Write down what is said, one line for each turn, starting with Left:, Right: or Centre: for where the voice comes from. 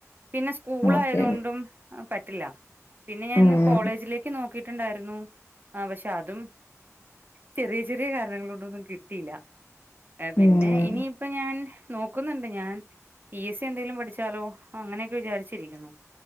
Right: പിന്നെ സ്കൂൾ
Left: ഓക്കെ
Right: ആയതൊണ്ടും. ആഹ് പറ്റില്ല. പിന്നെ ഞാൻ
Left: ഉം
Right: കോളേജിലേക്ക് നോക്ക് ക്കീട്ടണ്ടാരുന്നു ആഹ് പക്ഷെ അതും ചെറിയ ചെറിയ കാരണങ്ങളോണ്ടൊന്നും കിട്ടീല്ല പിന്നെ
Left: ഉം
Right: ഇനിയിപ്പ ഞാൻ നോക്കുന്നൊണ്ട് ഞാൻ പി എസ് സി എന്തേലും പഠിച്ചാലോ അങ്ങനെ. വിചാരിച്ചിരിക്കുണു